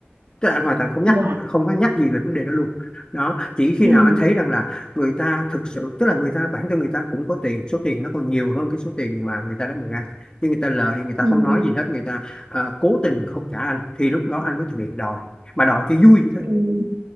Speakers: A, on the left (about 25°); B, on the right (about 75°).
A: tức là anh hoàn toàn không nhắc
B: wow.
A: không có nhắc gì về vấn đề đó luôn đó chỉ khi
B: ừ.
A: nào anh thấy rằng là người ta thực sự tức là người ta bản thân người ta cũng có tiền số tiền nó còn nhiều hơn cái số tiền mà người ta đã mượn anh nhưng người ta lờ đi người ta
B: Ừ.
A: không nói gì hết người ta ờ, cố tình không trả anh thì lúc đó anh mới thực hiện đòi mà đòi cho vui vậy
B: Ừ.